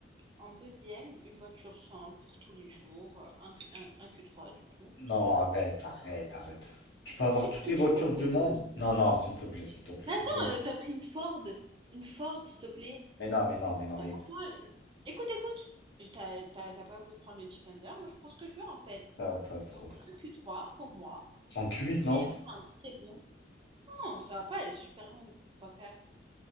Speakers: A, on the right; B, on the left.
A: En deuxième, une voiture simple pour tous les jours, euh, un, Q- un- un Q3 du coup,
B: Non,
A: parce que j'adore
B: arrête,
A: cette voiture.
B: arrête, arrête. Tu peux avoir
A: Je fais
B: toutes
A: ce que
B: les voitures
A: je veux.
B: du monde?
A: euh.
B: Non, non, s'il te plaît, s'il te plaît.
A: Mais attends,
B: Bon,
A: euh, t'as pris une Ford. Une Ford, s'il te plaît.
B: Mais non, mais non, mais non,
A: T'as
B: mais
A: pas
B: écoute,
A: le droit. euh, Écoute, écoute. Et T'as t'as- t'as pas voulu prendre le Defender, moi je prends ce que je veux en fait.
B: catastrophe.
A: Donc un Q3 pour moi,
B: En Q8,
A: mais
B: non?
A: vraiment un très bon. Non, ça va pas, elle est super longue. Pourquoi faire?